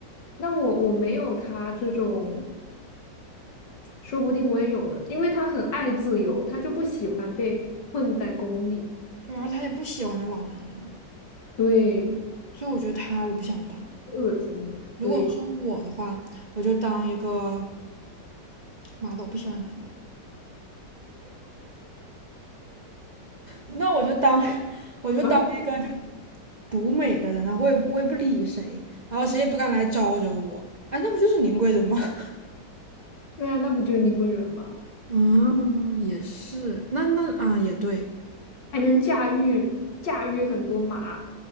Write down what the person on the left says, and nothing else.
那我我没有他这种，说不定我也有呢，因为他很爱自由，他就不喜欢被困在宫里。
对，
恶心的，
对。
嗯，
对啊，那不就是宁贵人吗？
还能驾驭驾驭很多马，